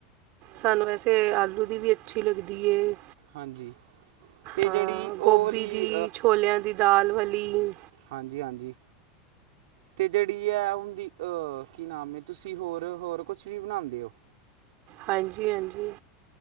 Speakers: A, on the right; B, on the right.
A: ਸਾਨੂੰ ਵੈਸੇ ਆਲੂ ਦੀ ਵੀ ਅੱਛੀ ਲੱਗਦੀ ਏ।
B: ਹਾਂਜੀ ਅਤੇ
A: ਹਾਂ,
B: ਜਿਹੜੀ ਉਹ
A: ਗੋਭੀ
B: ਵਾਲੀ
A: ਦੀ ਛੋਲਿਆਂ ਦੀ ਦਾਲ ਵਾਲੀ।
B: ਹਾਂਜੀ-ਹਾਂਜੀ। ਤੇ ਜੇੜੀ ਐ ਹੁੰਦੀ ਅ ਕੀ ਨਾਮ ਏ ਤੁਸੀਂ ਹੋਰ-ਹੋਰ ਕੁਛ ਵੀ ਬਨਾਂਦੇ ਓ।
A: ਹਾਂਜੀ-ਹਾਂਜੀ,